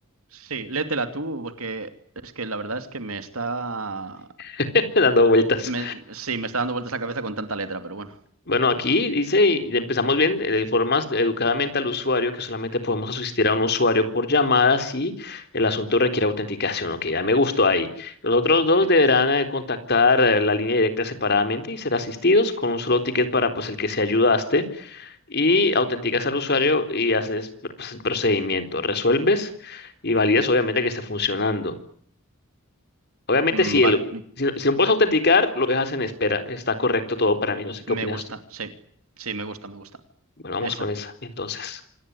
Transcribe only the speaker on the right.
Sí, léetela tú, porque es que la verdad es que me está...
me- sí, me está dando vueltas la cabeza con tanta letra, pero bueno.
Sí.
Mm,
vale,
me
gusta,
sí. Sí, me gusta, me gusta.
Esa.